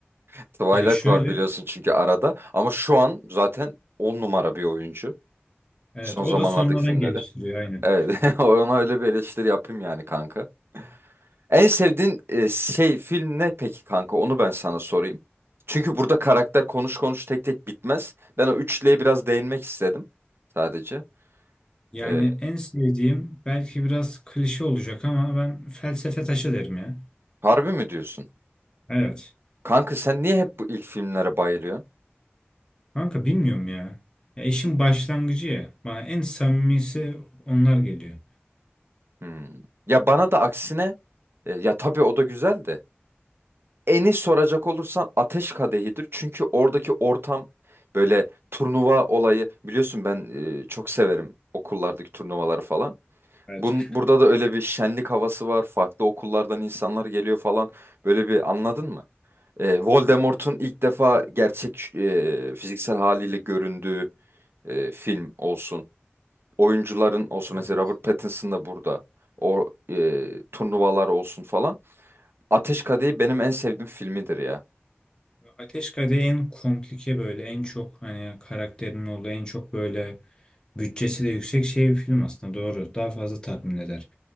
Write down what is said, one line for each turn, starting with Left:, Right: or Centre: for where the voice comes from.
Right: <laughs> Twilight
Left: Yani şöyle,
Right: var biliyorsun çünkü arada ama şu an zaten 10 numara bir oyuncu.
Left: evet
Right: Son
Left: o
Right: zamanlardaki
Left: da sonradan
Right: filmleri.
Left: geliştiriyor aynen.
Right: Evet, <laughs> ona öyle bir eleştiri yapayım yani kanka. En sevdiğin e, şey film ne peki kanka? Onu ben sana sorayım. Çünkü burada karakter konuş konuş tek tek bitmez. Ben o üçlüye biraz değinmek istedim sadece.
Left: Yani
Right: E,
Left: en sevdiğim belki biraz klişe olacak ama ben felsefe taşı derim ya.
Right: harbi mi diyorsun?
Left: Evet.
Right: Kanka sen niye hep bu ilk filmlere bayılıyorsun?
Left: Kanka bilmiyorum ya. Ya işin başlangıcı ya. Bana en samimisi onlar geliyor.
Right: Hmm. Ya bana da aksine e, ya tabii o da güzel de. Eni soracak olursan Ateş Kadehi'dir. Çünkü oradaki ortam böyle turnuva olayı biliyorsun ben e, çok severim okullardaki turnuvaları falan.
Left: Evet.
Right: Bun, burada da öyle bir şenlik havası var. Farklı okullardan insanlar geliyor falan. Böyle bir anladın mı? Ee, Voldemort'un ilk defa gerçek e, fiziksel haliyle göründüğü e, film olsun. Oyuncuların olsun.
Left: Evet.
Right: Mesela Robert Pattinson da burada. O e, turnuvalar olsun falan. Ateş Kadehi benim en sevdiğim filmidir ya.
Left: Ateş Kadehi en komplike böyle en çok hani karakterin olduğu en çok böyle bütçesi de yüksek şey bir film aslında doğru. Daha fazla tatmin eder.